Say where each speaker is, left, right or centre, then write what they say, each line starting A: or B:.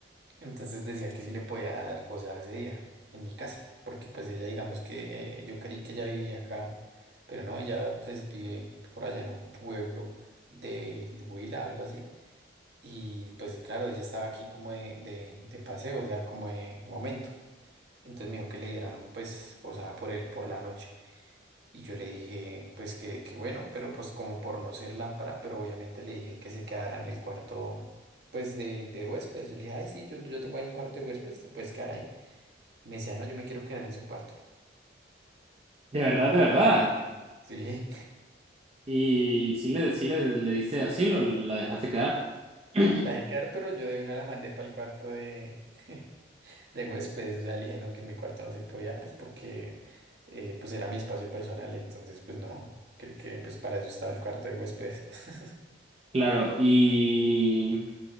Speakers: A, on the right; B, on the right.
A: Entonces decía que sí le podía dar posada ese día en mi casa, porque pues ella digamos que eh, yo creí que ella vivía acá, pero no, ella pues vive por allá en un pueblo del Huila, algo así. Y pues claro, ella estaba aquí como de, de, de paseo, o sea, como de momento. Entonces me dijo que le diera pues posada por él por la noche. Y yo le dije, pues que, que bueno, pero pues como por no ser lámpara, pero obviamente le dije que se quedara en el cuarto, pues de, de huéspedes. Yo le dije, ay, sí, yo, yo tengo ahí un cuarto de huéspedes, te puedes quedar ahí. Y me decía, no, yo me quiero quedar en su cuarto.
B: De verdad, de verdad.
A: Sí,
B: Y sí le, sí le, le diste asilo, la dejaste quedar. <clears throat>
A: <laughs> la dejé quedar, pero yo de una la mandé para el cuarto de, de huéspedes. O sea, le dije, no, que en mi cuarto no se podía, pues porque eh, pues era mi espacio personal, entonces pues no, creo que pues para eso estaba el cuarto de huéspedes. <laughs>
B: Claro, y